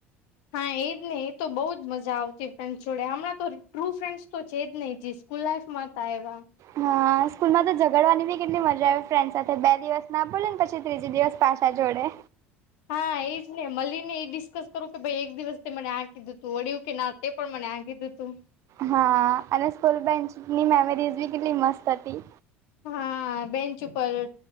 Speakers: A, on the left (about 65°); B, on the right (about 50°).
A: હા એજ નહી એ તો બહુ જ મજા આવતી ફ્રેન્ડસ જોડે હમણાં તો ટ્રુ ફ્રેન્ડસ તો છે જ નહી જીશ. સ્કૂલ લાઇફ મા હતા એવા.
B: હા સ્કૂલમાં તો ઝગડવાની બી કેટલી મજા આવે ફ્રેન્ડ સાથે બે દિવસ ના બોલે ને પછી ત્રીજે દિવસ પાછા જોડે.
A: હા એજ ને મલીને એ ડિસ્કસ કરો કે ભાઈ એક દિવસ તે મને આ કીધું તું વળયુ કે ના તે પણ મને આ કીધું તું.
B: હા અને સ્કૂલ બેન્ચની મેમરીઝ બી કેટલી મસ્ત હતી.
A: હા બેન્ચ ઉપર